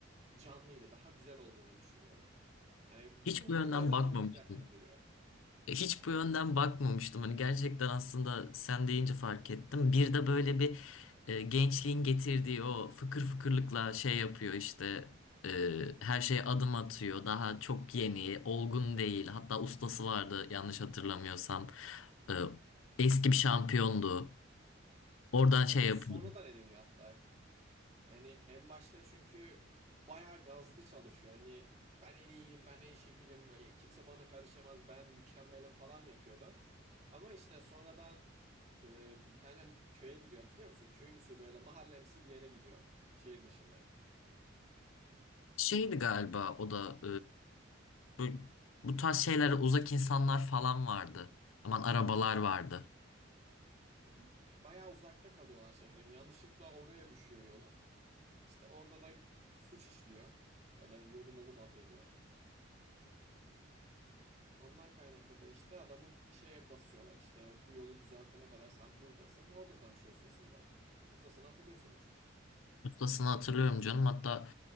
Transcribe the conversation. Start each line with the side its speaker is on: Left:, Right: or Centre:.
Right: canlıydı, daha güzel olduğunu düşünüyorum. Yani bütün
Left: Hiç bu yönden
Right: olay zaten
Left: bakmamıştım.
Right: onu beğendiriyor.
Left: Hiç bu yönden bakmamıştım. Hani gerçekten aslında sen deyince fark ettim. Bir de böyle bir e, gençliğin getirdiği o fıkır fıkırlıkla şey yapıyor işte e, her şeye adım atıyor. Daha çok yeni, olgun değil. Hatta ustası vardı yanlış hatırlamıyorsam. E, eski bir şampiyondu. Oradan
Right: Evet
Left: şey
Right: onu
Left: yapıyordu.
Right: sonradan ediniyor hatta. Yani en başta çünkü bayağı gazlı çalışıyor. Hani ben en iyiyim, ben en şekilim, e, kimse bana karışamaz, ben mükemmelim falan yapıyordu. Ama işte sonradan e, bir tane köye gidiyor hatırlıyor musun? Köyümsü böyle mahallemsi bir yere gidiyor şehir dışında.
Left: Şeydi galiba o da e, bu, bu tarz şeylere uzak insanlar falan vardı. Aman arabalar vardı.
Right: Hı hı. Bayağı uzakta kalıyorlar şehrin. Yanlışlıkla oraya düşüyor yolu. İşte orada da suç işliyor. Böyle yolum olum affediyor. Ondan kaynaklı da işte adamı şeye basıyorlar işte bu yolu düzeltene kadar sen buradasın. Orada tanışıyor ustasıyla. Ustasını hatırlıyorsundur.
Left: Ustasını hatırlıyorum canım. Hatta